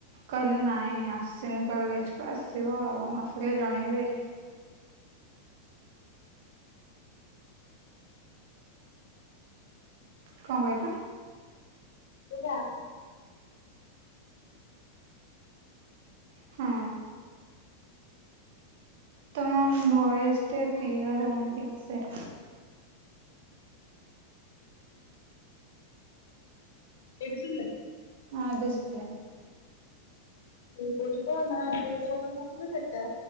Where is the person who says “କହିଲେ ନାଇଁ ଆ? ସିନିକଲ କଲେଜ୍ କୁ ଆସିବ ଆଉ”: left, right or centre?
Right